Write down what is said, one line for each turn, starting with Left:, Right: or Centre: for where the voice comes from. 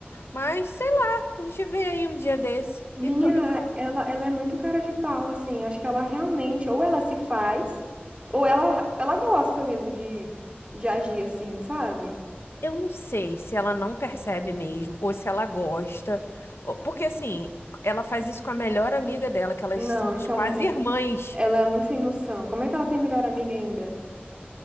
Left: Mas sei lá, a gente vê aí um dia desse.
Right: Menina,
Left: E to- e pronto.
Right: ela, ela é muito cara de pau, assim. Acho que ela realmente, ou ela se faz, ou ela, ela gosta mesmo de, de agir assim, sabe?
Left: eu não sei se ela não percebe mesmo, ou se ela gosta, ou- porque assim, ela faz isso com a melhor amiga dela, que elas
Right: Não,
Left: são
Right: então.
Left: quase irmãs.
Right: Ela é muito sem noção. Como é que ela tem melhor amiga ainda?